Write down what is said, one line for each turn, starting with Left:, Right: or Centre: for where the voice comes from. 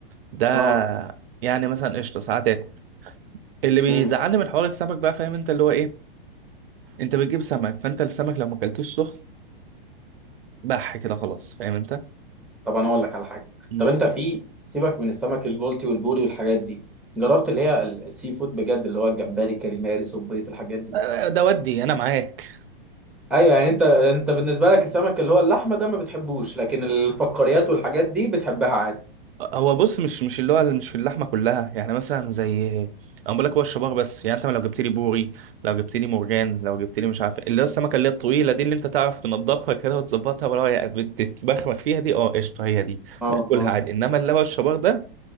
Right: ده
Centre: اه
Right: يعني مثلا قشطه ساعات اكل اللي بيزعلني
Centre: امم
Right: من حوار السمك بقى فاهم انت اللي هو ايه انت بتجيب سمك فانت السمك لو ما اكلتوش سخن بح كده خلاص فاهم انت
Centre: طب انا اقول لك على حاجه
Right: مم.
Centre: طب انت في سيبك من السمك البلطي والبوري والحاجات دي جربت اللي هي ال- السي فود بجد اللي هو الجمبري كاليماري صبيط الحاجات دي
Right: آه، ده ودي انا معاك
Centre: ايوه يعني انت انت بالنسبه لك السمك اللي هو اللحمه ده ما بتحبوش لكن الفقاريات والحاجات دي بتحبها عادي
Right: هو بص مش مش اللي هو مش اللحمه كلها يعني مثلا زي انا بقول لك هو الشبار بس يعني انت لو جبت لي بوري لو جبت لي مرجان لو جبت لي مش عارف اللي هو السمكه اللي هي الطويله دي اللي انت تعرف تنضفها كده وتظبطها ولا هي بتتبخبخ فيها دي اه قشطه هي دي
Centre: اه
Right: ده كلها
Centre: اه
Right: عادي انما اللي هو الشبار ده